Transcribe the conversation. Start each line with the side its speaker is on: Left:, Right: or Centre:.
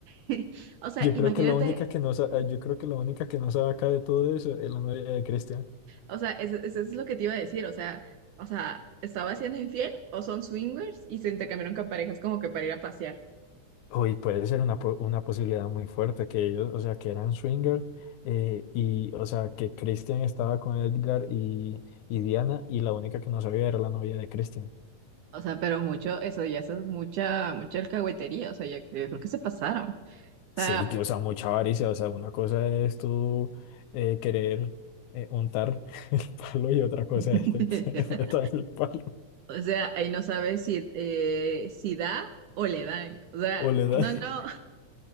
Right: <laughs> o sea,
Left: Yo
Right: imagínate,
Left: creo que la única que no sa- eh, yo creo que la única que no sabe acá de todo eso es la novia de Cristian.
Right: o sea, eso, eso es lo que te iba a decir, o sea, o sea, estaba siendo infiel o son swingers y se intercambiaron con parejas como que para ir a pasear.
Left: Uy, puede ser una, po- una posibilidad muy fuerte que ellos, o sea, que eran swingers eh, y, o sea, que Christian estaba con Edgar y, y Diana y la única que no sabía era la novia de Christian.
Right: O sea, pero mucho, eso ya eso es mucha, mucha alcahuetería, o sea, yo, yo creo que se pasaron. O sea,
Left: Sí, que, o sea, mucha avaricia, o sea, una cosa es tú eh, querer eh, untar <laughs> el palo y otra cosa
Right: <laughs>
Left: es que te <laughs> metan el palo
Right: O sea, ahí no sabe si, eh, si da o le dan. O sea,
Left: o le da
Right: no, no,